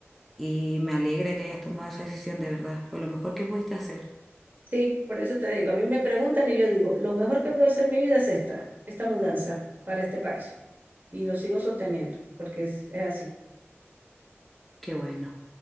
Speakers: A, in the centre; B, on the right.
A: y me alegra que hayas tomado esa decisión, de verdad. Fue lo mejor que pudiste hacer.
B: Sí, por eso te digo, a mí me preguntan y yo digo, lo mejor que puedo hacer en mi vida es esta, esta mudanza para este país. Y lo sigo sosteniendo, porque es es así.
A: Qué bueno.